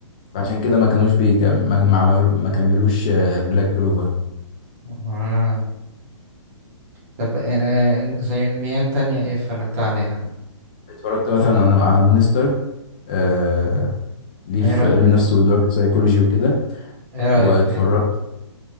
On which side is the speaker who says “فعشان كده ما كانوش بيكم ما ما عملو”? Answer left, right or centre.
Left